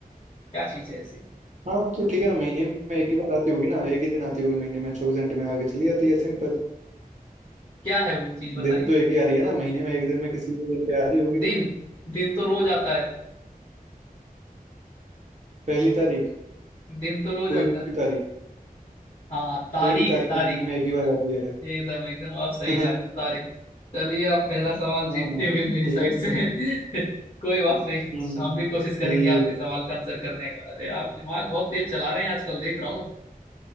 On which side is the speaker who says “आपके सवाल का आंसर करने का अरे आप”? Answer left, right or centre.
Left